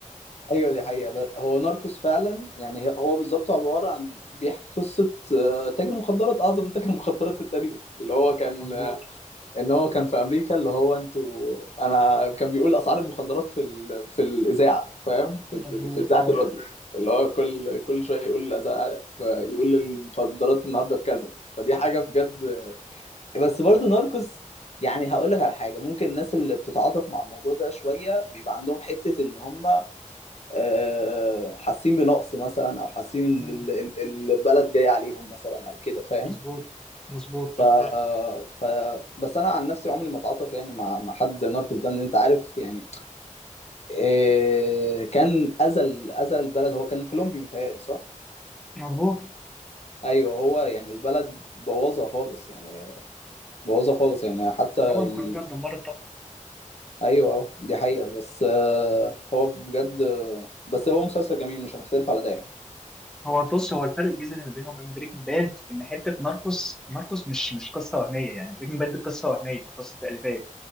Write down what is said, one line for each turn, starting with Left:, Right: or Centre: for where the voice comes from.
Left: ايوه دي حقيقة ب- هو ناركوس فعلا يعني هي- هو بالظبط عبارة عن بيحكي قصة آه، تاجر مخدرات اعظم تاجر مخدرات في التاريخ اللي هو كان
Centre: مظبوط
Left: ان هو كان في امريكا اللي هو انتوا انا كان بيقول اسعار المخدرات في ال... في الاذاعه فاهم في
Centre: مظبوط
Left: ال... في اذاعه
Centre: اه
Left: الراديو اللي هو كل كل شويه يقول الأذاعة... فيقول المخدرات النهارده بكذا فدي حاجه بجد بس برضه ناركوس يعني هقول لك على حاجه ممكن الناس اللي بتتعاطف مع الموضوع ده شويه بيبقى عندهم حته ان هم آه، حاسين بنقص مثلا او حاسين
Centre: مم.
Left: ان ال- ال- البلد جايه عليهم مثلا او كده فاهم
Centre: مظبوط مظبوط
Left: ف... ف بس انا عن نفسي عمري ما اتعاطف يعني مع مع حد زي ناركوس ده ان انت عارف يعني إيه... كان اذى اذى البلد هو كان كولومبي متهيألي صح؟
Centre: مظبوط
Left: ايوه هو يعني البلد بوظها خالص يعني بوظها خالص يعني حتى ال...
Centre: طبعا كولومبيا اتدمرت طبعا
Left: ايوه أه، دي حقيقة بس آه، هو بجد بس هو مسلسل جميل مش هنختلف على ده يعني
Centre: هو بص هو الفرق الجذري ما بينه وبين بريكنج باد ان حته ناركوس ناركوس مش مش قصه وهميه يعني بريكنج باد دي قصه وهميه قصه تأليفيه